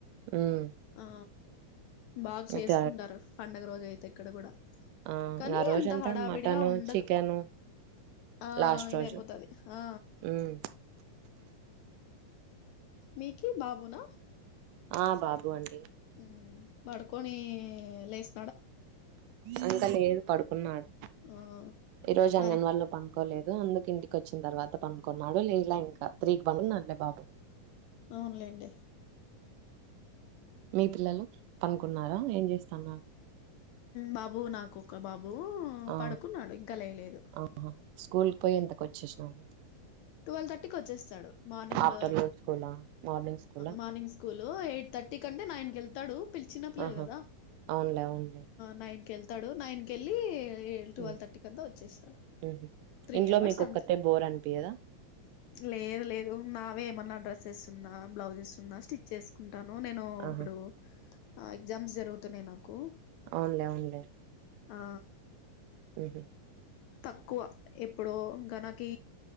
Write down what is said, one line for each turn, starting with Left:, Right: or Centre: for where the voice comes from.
Right: హ్మ్.
Left: ఆ బాగ్ చేస్కుంటారు
Right: అయితే
Left: పండగ రోజైతే ఇక్కడ కూడా
Right: ఆ!
Left: కానీ
Right: ఆ రోజంతా
Left: అంత హడావిడిగా
Right: మటను,
Left: ఉండదు
Right: చికెను
Left: ఆ
Right: లాస్ట్
Left: ఇదయ్
Right: రోజు.
Left: పోతది ఆ
Right: హ్మ్.
Left: మీకీ బాబునా
Right: ఆ! బాబు అండి.
Left: మ్ పడుకొనీ లేస్
Right: అంతా లేదు పడుకున్నాడు
Left: ఆ
Right: ఈ రోజు
Left: మరి
Right: అంగన్ వాళ్ళు పంకోలేదు అందుకు ఇంటికి వచ్చిన తర్వాత పనుకున్నాడు లేవాలే ఇంకా తిగి పడున్నాలే బాబు
Left: అవునులెండి
Right: మితుల్లలో అనుకున్నారా ఏం చేస్తున్నారు
Left: బాబు నాకు ఒక బాబు
Right: ఆ
Left: పడుకున్నాడు ఇంకా లేయలేదు
Right: ఆ స్కూల్కి పోయి ఎంతకు వచ్చేసినడు
Left: ట్వల్ థర్టీ వచ్చేస్తాడు మార్నింగ్
Right: ఆఫ్టర్నూన్ స్కూలా మార్నింగ్ స్కూలా
Left: మార్నింగ్ స్కూల్ ఎయిట్ థర్టీ కంటే నైన్ వెతాడు చిన్న పిల్లలు
Right: ఆహా
Left: కదా
Right: అవునులే అవునులే
Left: న తాడు నైన్కెళ్ళి ఏ ట్వెల్వ్
Right: ఉమ్
Left: థర్టీ క అంతా వచ్చేస్తాడు
Right: ఉహు
Left: త్రీ
Right: ఇంట్లో
Left: అవర్స్
Right: మీకొక్కతే
Left: అంతే
Right: బోర్ అనిపియదా
Left: లేదు లేదున్నావే ఏమన్నా డ్రెస్సెస్ ఉన్నా బ్లౌజెస్ ఉన్నా స్టిచ్ చేసుకున్నా ంటాన నేను
Right: ఆహా
Left: ఇప్పుడు ఎగ్జామ్స్ జరుగుతున్నాయి నాకు కు
Right: అవునులే అవునులే
Left: ఆ
Right: ఉహు
Left: తక్కువ ఎప్పుడో ఇంకా నాకి